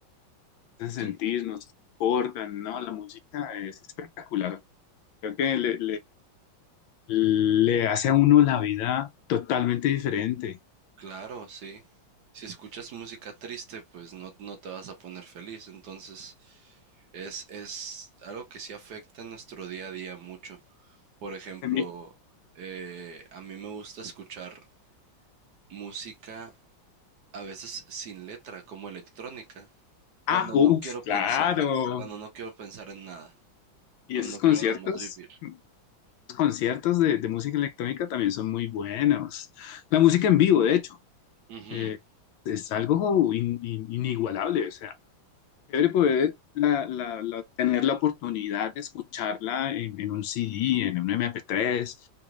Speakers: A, on the left; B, on the right.
A: hace
B: Entonces,
A: sentir, nos transportan, ¿no? La música es espectacular. Creo que le, le hace a uno la vida totalmente diferente.
B: Claro, sí. Si escuchas música triste, pues no, no te vas a poner feliz. Entonces, es, es algo que sí afecta en nuestro día a día mucho. Por ejemplo,
A: También-
B: eh, a mí me gusta escuchar música a veces sin letra, como electrónica, cuando
A: Ah, uff,
B: no quiero pensar,
A: claro.
B: cuando no quiero pensar en nada,
A: Y
B: cuando
A: esos conciertos,
B: quiero nomás vivir.
A: los conciertos de, de música electrónica también son muy buenos. La música en vivo, de hecho,
B: Ujú,
A: eh, es algo in- in- inigualable. O sea, chévere poder la- la- la- tener la oportunidad de escucharla en, en un CD, en un mp tres,